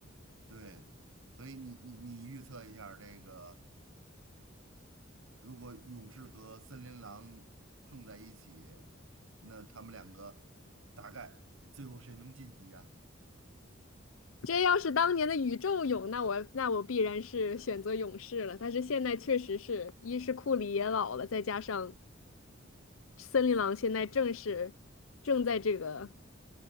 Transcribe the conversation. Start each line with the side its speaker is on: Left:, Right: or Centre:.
Right: 对，所以你你你预测一下儿这个，如果勇士和森林狼碰在一起，那他们两个大概最后谁能晋级呀、
Left: 这要是当年的宇宙勇，那我那我必然是选择勇士了。但是现在确实是一是库里也老了，再加上森林狼现在正是正在这个